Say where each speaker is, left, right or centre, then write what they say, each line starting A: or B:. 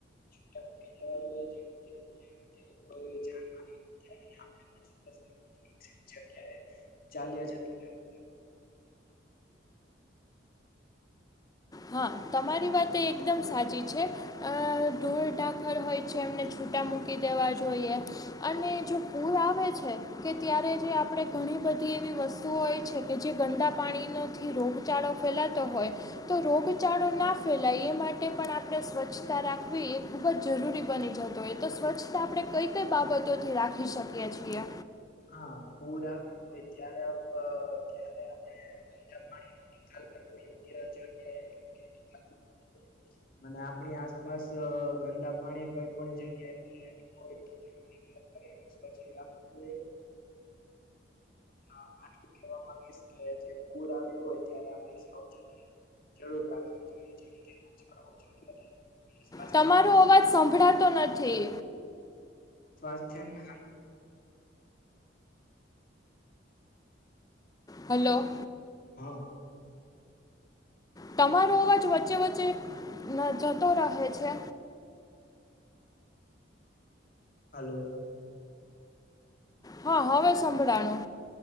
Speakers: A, on the left; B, on the left.
A: છૂટા મૂકી દેવા જઈએ જે રીતે કોઈની જાણ ન થાય <unintelligible> જગ્યાએ ચાલ્યા <unintelligible>
B: હા તમારી વાત એ એકદમ સાચી છે. આ ધોરઢાકર હોય છે એમને છૂટા મૂકી દેવા જોઈએ. અને જો પૂર આવે છે કે ત્યારે જે આપડે ઘણી બધી એવી વસ સ્તુઓ હોય છે કે જે ગંદા પાણીનોથી રોગચાળો ફેલાતો હોય તો રોગચાળો ના ફેલાય એ માટે પણ આપણે સ્વચ્છતા રાખવી એ ખૂબ જ જરૂરી બની છે. તો એ તો સ્વચ્છતા આપણે કઈ કઈ બાબતોથી રાખી શકીએ છીએ.
A: હા પૂર આવે તો ત્યારે આપડ જ્યારે આપડે <unintelligible> પાણીને નિકાલ કરવો યોગ્ય જગ્યાએ નિકાલ <unintelligible> ને આપણી આસપાસ ગંદા પાણી કોઈ પણ જગ્યાએ <unintelligible> નિકાલ કરીને સ્વચ્છ રાખવું જોઈએ. હા આટલું કેવા માંગીશ કે જે પુર આવ્યું હોય ત્યારે આપણે સાવચેતી જરૂર રાખવી જોઈએ. <unintelligible> સ્વાસ્થ્યના
B: તમારો અવાજ સંભળાતો નથી.
A: સ્વાસ્થ્યને <unintelligible>
B: હલો.
A: હા.
B: તમારો અવાજ વચ્ચે હ જતો રહે છે.
A: હલો.
B: હા, હવે સંભરાણો.